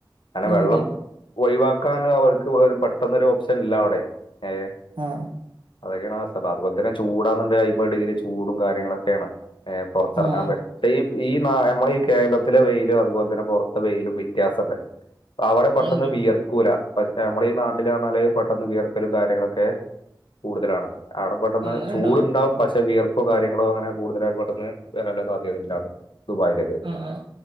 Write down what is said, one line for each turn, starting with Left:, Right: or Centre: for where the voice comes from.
Left: അങ്ങനെ വെള്ളം
Right: അതെ
Left: ഒഴിവാക്കാന് അവൾക്ക് പെട്ടെന്നൊരു ഓപ്ഷനില്ല അവിടെ ഏഹ്.
Right: ആഹ്
Left: അതൊക്കെയാണ് അവസ്ഥ. അപ്പൊ അതുപോലെ തന്നെ ചൂടാന്ന്ണ്ടെ അയ്മ്പത് ഡിഗ്രി ചൂടും കാര്യങ്ങളൊക്കെയാണ് ഏഹ്. പൊറത്തെറങ്ങാൻ
Right: ആഹ്
Left: പറ്റ് പക്ഷേ ഈ ഈ നാ നമ്മളെ ഈ കേരളത്തിലെ വെയിലും അതുപോലെ തന്നെ പൊറത് ത്തെ വെയിലും വ്യത്യാസണ്ട്. അവിടെ പെട്ടെന്ന്
Right: അണ്ട്
Left: വിയർക്കൂല. പ നമ്മളെ ഈ നാട്ടില് വന്നാല് പെട്ടെന്ന് വിയർക്കലും കാര്യങ്ങളൊക്കെ കൂടുതലാണ്. അവിടെ പെട്ടെന്ന്
Right: ആഹ് അങ്ങനെണ്ടോ
Left: ചൂടുണ്ടാവും പക്ഷേ വിയർപ്പ് കാര്യ നിങ്ങള് അങ്ങനെ കൂടുതലായിട്ട് പെട്ടെന്ന് വരാനുള്ള സാധ്യത ഇല്ലാല്ലെ ദുബായിലേ
Right: ആഹ് ആഹ്